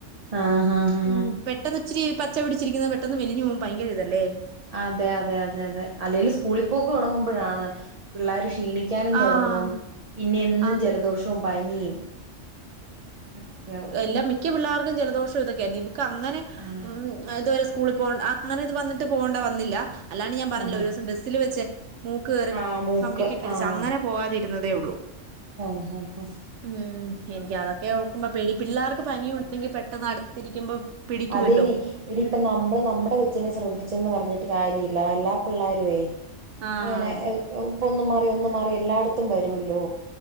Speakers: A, on the right; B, on the right.
A: ആഹ് ആഹ്
B: ഉം പെട്ടെന്ന് ഇച്ചിരി പച്ച പിടിച്ചിരിക്കുന്നെ പെട്ടെന്ന് മെലിഞ് പോക്പ ഭയര ഇല്ലേ
A: അതെ അതെ അതെ അതെ അല്ലെങ്കിൽ സ്കൂളിപ്പോക്ക് തെടങ്ങുമ്പഴാണ് പിള്ളേര് ക്ഷീണിക്കാനും തുടങ്ങും
B: ആഹ്
A: പിന്നെ എന്നും
B: അതെ
A: ജലദോഷവും പനിയും ഒക്കെയവും
B: ല്ല മിക്ക പിള്ളാർക്കും ജലദോഷം ഇതൊക്കെയായ ഇവക്ക് അങ്ങനെ
A: ആഹ്
B: ഉം ഇതുവരെ സ്കൂളി പോകണ്ട അങ്ങനെ ഇത് വന്നിട്ട് പോകേണ്ട വന്നില്ല അല്ലാണ്ട് ഞാൻ പറഞ്ഞില്ലെ
A: ആഹ്
B: ഒരുസം ബസ്സിൽ വെച്ച് മൂക്ക് കേറി
A: ആഹ് മൂക്ക്
B: പമ്പിക്കിട്ടിടിച്ച്
A: ആഹ്
B: അങ്ങനെ പോവാതിരുന്നതേ ഉള്ളൂ
A: ഹ ഹ
B: ഉം എനിക്ക് അതൊക്കെ ഓർക്കുമ്പോ പെടി പിള്ളേർക്ക് പനിയുണ്ടെങ്കി പെട്ടെന്ന് അടുത്തിരിക്കുമ്പോ പിടിക്കുവല്ലോ
A: അതേന്നെ എടി ഇപ്പ നമ്മൾ നമ്മുടെ കൊച്ചിനെ ശ്രദ്ധിച്ചെന്ന് പറഞ്ഞിട്ട് കാര്യ ഇല്ല എല്ലാ പിള്ളേരുവേ
B: ആഹ്
A: ഇങ്ങനെ ഇപ്പൊ ഒന്നും മാറി ഒന്നും മാറി എല്ലായിടത്തും വരൂ വല്ലോ